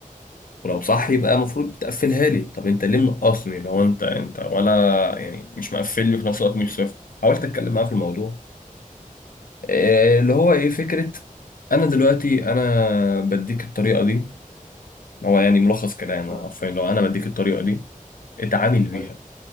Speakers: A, on the left; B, on the left.
A: امم
B: ولو صح يبقى المفروض تقفلها لي طب أنت ليه منقصني لو أنت أنت ولا يعني مش مقفل لي في نفس الوقت مش صفر حاولت أتكلم معاه في الموضوع آه، اللي هو ايه فكرة انا دلوقتي انا بديك الطريقة دي هو يعني ملخص كلامه
A: لا
B: حرفيا لو انا بديك الطريقة دي اتعامل بيها
A: حلو